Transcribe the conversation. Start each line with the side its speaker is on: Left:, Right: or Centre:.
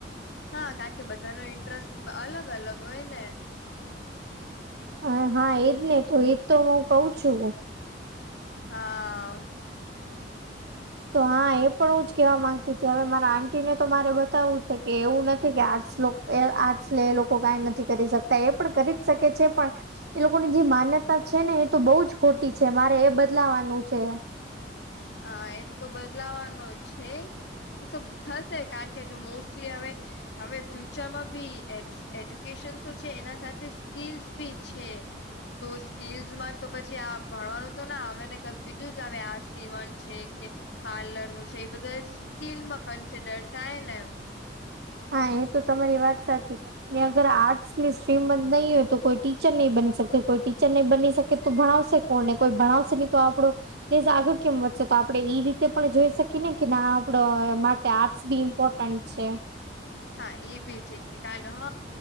Left: હા કારણ કે બધા ન ઇન્ટરેસ્ટ અલગ અલગ હોય ને
Right: હ હા એજ ને તું એજ તો હું કઉ છુ.
Left: હા
Right: તો હા એ પણ હ જ કેવા માંગતી હતી હવે મારા આંટીને તો મારે બતાવવું છે કે એવું નથી કે આજલો એ આર્ટ લ એ લોકો કઈ નથી કરી શકતા એ પણ કરી જ શકે છે પણ એ લોકોની જે માન્યતા છે ને એ તો બહુ જ ખોટી છે મારે એ બદલાવાનું છે.
Left: હા એ તો બદલાવાનો જ છે. એ તો થશે કારણ કે મોસ્ટલી હવે હવે ફ્યુચરમાં બી એ એજ્યુકેશન તો છે એના સાથે સ્કીલ્સ બી છે. તો સ્કીલસમાં તો પછી આ ભણવાનું તો ના આવે ને કક બીજું જ આવે આ સીવન કે પાર્લર નું છે એ બધું સ્કીનમાં કન્સિડર થાય નેમ
Right: હા એ તો તમારી વાત સાચી અગર આર્ટ્સ ની સ્ટ્રીમ બ નહી હોય તો કોઈ ટીચર નહી બની શકે કોઈ ટીચર નહી બની શકે તો ભણાવ શકે કોને કોઈ ભણાવશે નહી તો આપડો દેશ આગળ કે તો આપડે ઈ રીતે પણ જોઈ શકીએ ને કે ના આપડ માટે આર્ટસ બી ઇમ્પોર્ટન્ટ છે.
Left: હા એઈ ભી છે કે ક હ